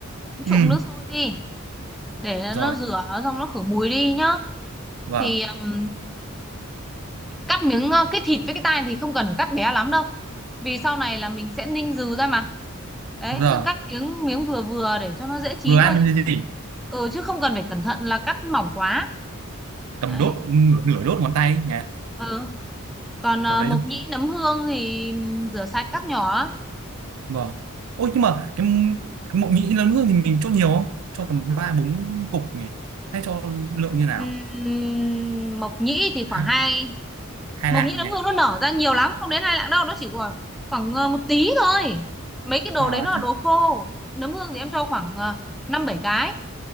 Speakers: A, in the centre; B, on the right.
A: cũng trụng
B: ừ
A: nước sôi đi để
B: rồi
A: nó rửa xong nó khử mùi đi nhá
B: vâng
A: thì ừm, cắt miếng ờ, cái thịt với cái tai thì không cần phải cắt bé lắm đâu vì sau này là mình sẽ ninh dừ ra mà đấy
B: giờ
A: cứ cắt miếng miếng vừa vừa để cho nó dễ chín
B: vừa ăn
A: thôi chứ
B: thì gì
A: ừ chứ không cần phải cẩn thận là cắt mỏng quá
B: cầm
A: đấy
B: đốt nửa nửa đốt ngón tay ấy nhá
A: ừ còn ờ,
B: tầm đấy
A: mộc
B: thôi
A: nhĩ nấm hương thì rửa sạch cắt nhỏ
B: vâng ôi nhưng mà cái, cái mộc nhĩ lớn nước thì mình cho nhiều không cho tầm ba bốn cục nhỉ hay cho lượng như nào
A: Ừm, mộc nhĩ thì khoảng
B: hai
A: hai
B: hai
A: mộc
B: lạng
A: nhĩ nấm
B: nhỉ
A: hương nó nở ra nhiều lắm không đến hai lạng đâu nó chỉ khoảng khoảng ờ, một tí thôi mấy cái đồ
B: à,
A: đấy nó là đồ khô nấm hương thì em cho khoảng ờ, năm bảy cái